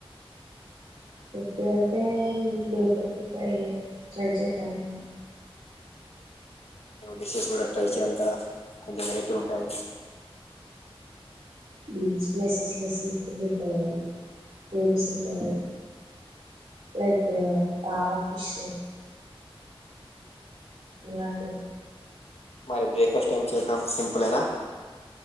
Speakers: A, on the right; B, on the left.
A: ఫుడ్ అంటే మన లోకల్ ఫుడ్ ట్రై చే ట్రై చేద్దామన్న.
B: డిషెస్ గుడా ట్రై చేయాలి కదా కొంచెం వెరైటీగుంటాయి
A: బీచ్ ప్లేసెస్ లో సీ ఫుడ్ ఉంటదిగదన్న ఫేమస్ ఉంటదది. లైక్ టామ ఫిష్ అలాంటివి
B: మరి బ్రేక్ఫాస్ట్ ఏం చేద్దాం సింపులేనా?